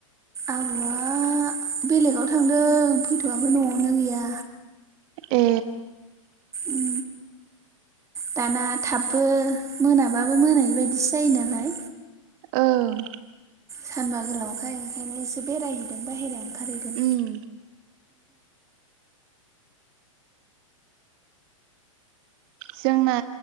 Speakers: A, on the right; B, on the right.
A: आबौआ बेलेगाव थांदों फैथ'वाखै न'आवनो गैया।
B: ए।
A: उम दाना थाबबो मोनाबाबो मोनै बायदिसो जायो नालाय।
B: ओं।
A: सानबा गोलावखाय ओंखायनो एसे बेरायहैदों बाहेरायाव। ओंखारहैदों
B: उम। जोंना